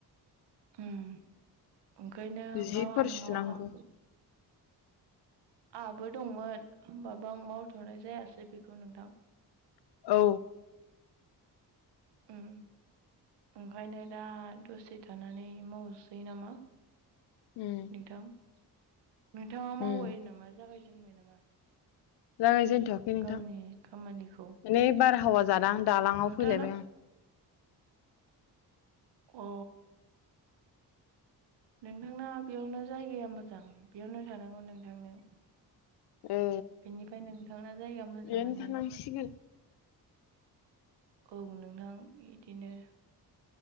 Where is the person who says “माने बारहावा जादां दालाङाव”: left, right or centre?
Left